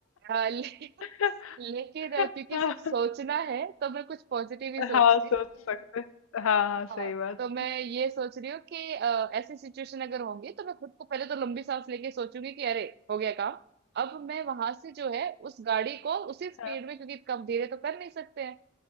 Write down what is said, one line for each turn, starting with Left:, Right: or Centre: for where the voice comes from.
Right: अ, <laughs> ले,
Left: <laughs>
Right: लेकिन अ, क्योंकि सिर्फ सोचना
Left: <laughs>
Right: है तो मैं कुछ पॉजिटिव ही सोचती
Left: हाँ सोच
Right: हूँ
Left: सकते हैं। हाँ सही
Right: हाँ
Left: बात
Right: तो मैं ये सोच रही हूँ कि अ, ऐसी सिचुएशन अगर होगी तो मैं खुद को पहले तो लंबी सांस लेके सोचूंगी कि अरे हो गया काम अब मैं वहां से जो है उस गाड़ी को उसी स्पीड
Left: हाँ
Right: में क्योंकि कम धीरे तो कर नहीं सकते हैं